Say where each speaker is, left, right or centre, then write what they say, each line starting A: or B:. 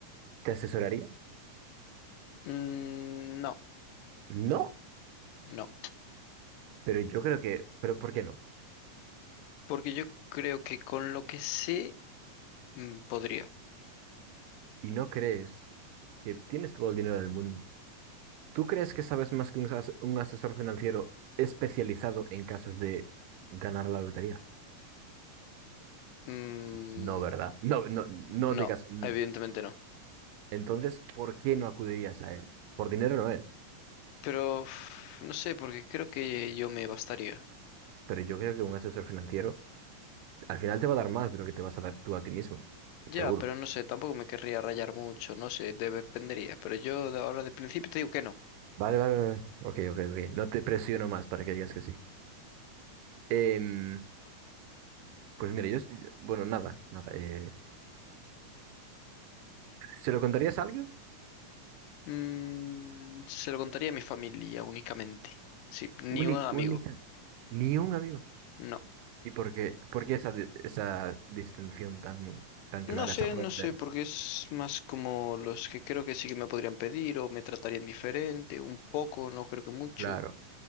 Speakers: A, on the right; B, on the left.
A: ¿te asesoraría?
B: Mm, no,
A: No,
B: no.
A: pero yo creo que, pero ¿por qué no?
B: Porque yo creo que con lo que sé, mm, podría.
A: Y no crees que tienes todo el dinero del mundo. ¿Tú crees que sabes más que un, as- un asesor financiero especializado en casos de ganar la lotería?
B: Mm,
A: No, ¿verdad? No, no, no
B: no,
A: digas. mm.
B: evidentemente no.
A: Entonces, ¿por qué no acudirías a él? Por dinero no es.
B: Pero uf, no sé, porque creo que yo me bastaría.
A: Pero yo creo que un asesor financiero Al final te va a dar más de lo que te vas a dar tú a ti mismo,
B: Ya,
A: seguro.
B: pero no sé, tampoco me querría rayar mucho, no sé, dependería. Pero yo de ahora de principio te digo que no.
A: Vale, vale, vale. Ok, ok, ok. No te presiono más para que digas que sí. Em, pues mira, yo, s- bueno, nada, nada. eh, ¿se lo contarías a alguien?
B: Mm, se lo contaría a mi familia únicamente. Sí, ni
A: Única,
B: un amigo.
A: única, ni un amigo.
B: No.
A: ¿Y por qué, por qué esa, di- esa distinción tan, tan clara,
B: No sé,
A: esa frontera?
B: no sé, porque es más como los que creo que sí que me podrían pedir o me tratarían diferente, un poco, no creo que mucho.
A: Claro.